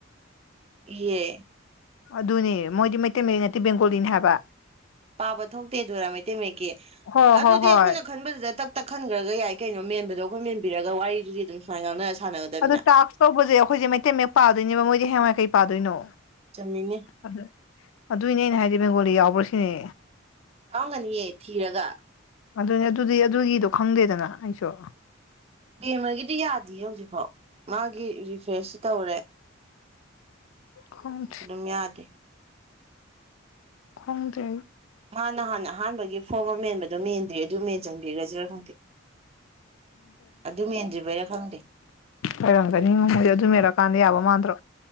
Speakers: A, on the right; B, on the left.
A: ꯏꯌꯦ
B: ꯑꯗꯨꯅꯦ ꯃꯣꯏꯗꯤ ꯃꯩꯇꯩ ꯃꯌꯦꯛ ꯅꯠꯇꯦ ꯕꯦꯡꯒꯣꯂꯤꯅꯤ ꯍꯥꯏꯕ
A: ꯄꯥꯕ ꯊꯣꯛꯇꯦ ꯑꯗꯨꯔꯥ ꯃꯩꯇꯩ ꯃꯌꯦꯛꯀꯤ
B: ꯍꯣꯏ
A: ꯑꯗꯨꯗꯤ
B: ꯍꯣꯏ ꯍꯣꯏ
A: ꯑꯩꯈꯣꯏꯅ ꯈꯟꯕꯗꯨꯗ ꯇꯛ ꯇꯛ ꯈꯟꯈ꯭ꯔꯒ ꯌꯥꯏ ꯀꯩꯅꯣ ꯃꯦꯟꯕꯗꯣ ꯑꯩꯈꯣꯏ ꯃꯦꯟꯕꯤꯔꯒ ꯋꯥꯔꯤꯗꯨꯗꯤ ꯑꯗꯨꯝ ꯁꯨꯃꯥꯏꯅ ꯉꯥꯡꯅꯔ ꯁꯥꯟꯅꯒꯗꯕꯅꯤꯅ
B: ꯑꯗꯨ ꯇꯥꯛꯁ ꯇꯧꯕꯁꯦ ꯑꯩꯈꯣꯏꯁꯦ ꯃꯩꯇꯩ ꯃꯌꯦꯛ ꯄꯥꯗꯣꯏꯅꯦꯕ ꯃꯣꯏꯗꯤ ꯍꯦꯡꯋꯥꯏ ꯀꯩ ꯄꯥꯗꯣꯏꯅꯣ
A: ꯆꯨꯝꯃꯤꯅꯦ
B: ꯑꯗ ꯑꯗꯨꯏꯅꯦ ꯑꯩꯅ ꯍꯥꯏꯗꯤ ꯕꯦꯡꯒꯣꯂꯤ ꯌꯥꯎꯕ꯭ꯔꯥꯁꯤꯅꯦ
A: ꯌꯥꯎꯒꯅꯤꯌꯦ ꯊꯤꯔꯒ
B: ꯑꯗꯨꯅꯤ ꯑꯗꯨꯗꯤ ꯑꯗꯨꯒꯤꯗꯣ ꯈꯪꯗꯦꯗꯅ ꯑꯩꯁꯨ
A: ꯀꯦꯝꯃꯒꯤꯗꯤ ꯌꯥꯗꯦꯌꯦ ꯍꯧꯖꯤꯛꯐꯥꯎ ꯃꯥꯒꯤ ꯔꯤꯐ꯭ꯔꯦꯁꯁꯨ ꯇꯧꯔꯦ
B: ꯈꯪ
A: ꯑꯗꯨꯝ ꯌꯥꯗꯦ
B: ꯈꯣꯡꯗꯦ
A: ꯃꯥꯅ ꯅꯍꯥꯟ ꯑꯍꯥꯟꯕꯒꯤ ꯐꯣꯔꯝ ꯑꯃ ꯃꯦꯟꯕꯗꯣ ꯃꯦꯟꯗ꯭ꯔꯤ ꯑꯗꯨꯝ ꯃꯦꯟꯖꯟꯕꯤꯔꯖꯤꯔ ꯈꯪꯗꯦ ꯑꯗꯨ ꯃꯦꯟꯗ꯭ꯔꯤꯕꯩꯔꯥ ꯈꯪꯗꯦ
B: ꯑꯣꯏꯔꯝꯒꯅꯤ ꯃꯣꯢꯗꯣ ꯑꯗꯨꯝ ꯃꯦꯜꯂꯀꯥꯟꯗ ꯌꯥꯕ ꯃꯥꯟꯗ꯭ꯔꯣ